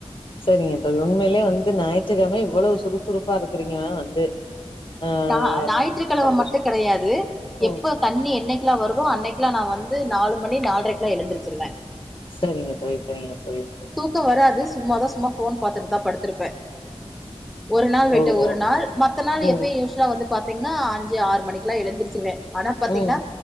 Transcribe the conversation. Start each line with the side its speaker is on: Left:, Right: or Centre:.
Left: செரிங்க தோழி உண்மையிலயே வந்து ஞாயித்துக்கெழம இவ்வளவு சுறுசுறுப்பா இருக்குறீங்க வந்து ஆ
Centre: தா ஞாயிற்றுக்கெழம
Left: ரொம்ப சந்தோஷோ
Centre: மட்டு கெடையாது
Left: ம்
Centre: எப்ப தண்ணி என்னைக்கெல்லா வரு மோ அன்னைக்கெல்லா நா வந்து நாலு மணி நால்ரைக்கெல்லா எழுந்துச்சுடுவே
Left: சரிங்க தோழி சரிங்க நன்
Centre: கோ வராது சும்மாதா சும்மா ஃபோன் பாத்துட்டுதா படுத்துருப்பே ஒரு நாள் விட்டு
Left: ஓஹோ
Centre: ஒரு நாள் மத்த நாள்
Left: ம்
Centre: எப்பயு யூஷுலா வந்து பாத்தீங்கன்னா அஞ்சு ஆறு மணி குலா எழுந்துருச்சுருவே ஆனா பாத்தீங்கன்னா
Left: ம் ம்